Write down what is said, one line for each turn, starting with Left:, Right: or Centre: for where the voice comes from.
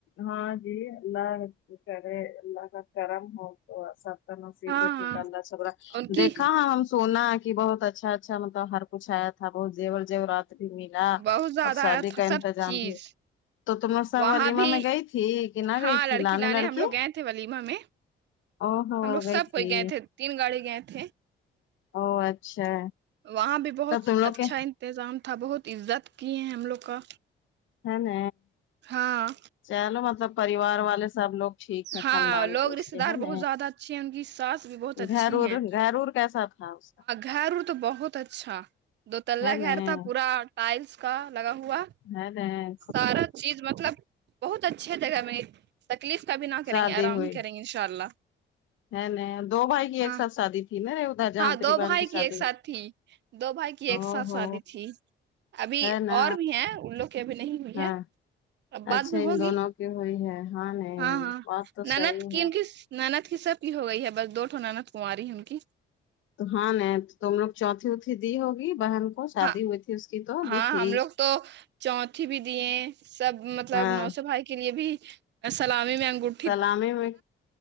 Left: ہاں جی اللہ کرے اللہ کا کرم ہو سب نب
Right: ہاں
Left: بیٹیدا
Right: ہاں
Left: چھڑا
Right: ان کی
Left: دیکا ہاں ہم سونا کہ بہت اچھا اچھا مطلب ہر کچھہ ہے آیا تھا بہت جیور جیورات بھی ملا
Right: بہت زیادہ
Left: اور شادی
Right: ہے
Left: کا انتظام
Right: سب چیز
Left: بھی تو تم ساب
Right: وہاں
Left: ولیمہ
Right: بھی
Left: میں گئی تھی کہ نہ گئی
Right: ہاں
Left: تھی لانے لڑکی
Right: ہم لوگ گئے تھے ولیمہ میں
Left: او ہو
Right: ہم لوگ
Left: گئی
Right: سب کوئی
Left: تھی
Right: گئے تھے تین گاڑی گئے تھے
Left: او اچھا
Right: وہاں بھی بہت
Left: تب تم لوگ
Right: اچھا
Left: کے
Right: انتظام تھا بہت عزت کی ہیں ہم لوگ کا
Left: ہے ن
Right: ہاں
Left: چلو مطلب پریوار والے سب لوگ ٹھیک ہے
Right: ہاں
Left: خاندان
Right: لوگ
Left: کے اس
Right: رشتے
Left: کے
Right: دار
Left: ہے ن
Right: بہت زیادہ اچھے ہیں ان کی ساس بھی بہت اچھی
Left: گھرور
Right: ہیں
Left: گھرور کیسا تھا ہاں سر
Right: گھر تو بہت اچھا دو
Left: کا
Right: تللہ
Left: ہے نا
Right: گھر تھا پورا ٹائلس کا لگا ہوا
Left: نہیں بہین
Right: سارا چیز مطلب بہت اچھے جگہ میں تکلیف کا بھی نہ کریں
Left: شادی
Right: گے آرام
Left: ہوئی
Right: ہی کریں گے انشاء اللہ
Left: ہے نہیں دو بھائی کی ایک
Right: ہاں
Left: ساتھ شادی کی نا ادھر جان
Right: ہاں
Left: تری
Right: دو
Left: بان
Right: بھائی
Left: کی شادی
Right: ایک ساتھ
Left: ہوئی
Right: تھی دو بھائی کی
Left: او
Right: ایک ساتھ
Left: ہو
Right: شادی تھی ابھی
Left: ہے نا
Right: اور بھی ہیں ان لوگ بھی نہیں ہوئی
Left: ہاں
Right: ہے اب بعد
Left: اچھا
Right: میں
Left: ان
Right: ہوگی
Left: دونوں کی ہوئی ہے نہیں
Right: ہاں ہاں
Left: بات تو
Right: ناند
Left: صحیح
Right: کی
Left: ہے
Right: ان کی نا ند کی سب کی ہو گئی ہے بس دوٹو ند کماری ہے ان کی
Left: تو ہاں نہیں تم لوگ چوتھی چوتھی دی ہوگی بہن کو شادی
Right: ہاں
Left: ہوئی تھی اس کی تو
Right: ہاں
Left: دی تھی
Right: ہم لوگ تو چوتھی بھی دیے سب مطلب
Left: ہاں
Right: نوسے بھائی کے لیے بھی سلامی میں انگوٹ
Left: سلامی میں